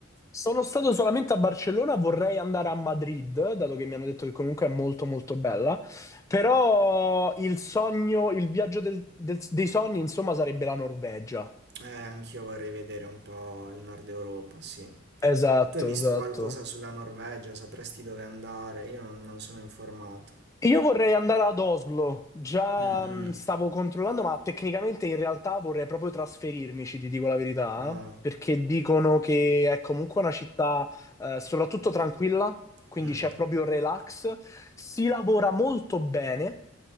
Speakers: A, on the left (about 15°); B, on the right (about 55°).
A: Sono stato solamente a Barcellona, vorrei andare a Madrid, dato che mi hanno detto che comunque è molto molto bella, però il sogno, il viaggio del- del- dei sogni, insomma, sarebbe la Norvegia.
B: Eh, anch'io vorrei vedere un po' il nord Europa, sì.
A: Esatto,
B: Tu hai visto
A: esatto.
B: qualcosa sulla Norvegia? Sapresti dove andare? Io non, non sono informato.
A: Io vorrei andare ad Oslo, già
B: Mm, mm.
A: mh, stavo controllando, ma tecnicamente in realtà vorrei proprio trasferirmici, ti dico la verità,
B: Ah,
A: eh, perché dicono che è comunque una città eh, soprattutto tranquilla, quindi
B: mm, mm,
A: c'è proprio relax, si lavora molto bene